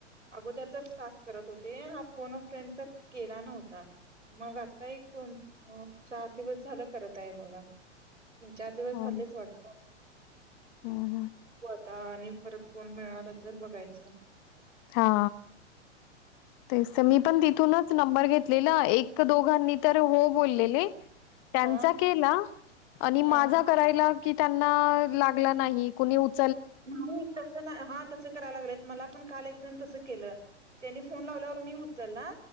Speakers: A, on the right; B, on the left.
A: अगोदरचाच टास्क करत होते हा फोन ऑफ फ्रेंडचा केला नव्हता मग आता आता एक दोन चार दिवस झालं करत आहे बघागा तीन चार दिवस
B: हो.
A: झालेच वाटते बघू
B: हं, हं.
A: आता आणि परत कोण मिळालं तर बघायचं
B: हा ते मी पण तिथूनच नंबर घेत एक दोघांनी तर हो बोललेले त्यांचा
A: हा
B: केला आणि माझा
A: हा
B: करायला कि त्यांना लागला नाही कुणी उच
A: नाही तस नाही हा तस करायला लागले मला पण काल एक तस केलं त्यांनी फोन लावल्यावर मी उचलला